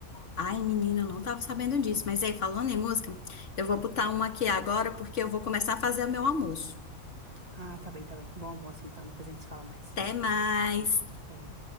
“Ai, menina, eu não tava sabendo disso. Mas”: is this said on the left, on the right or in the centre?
Left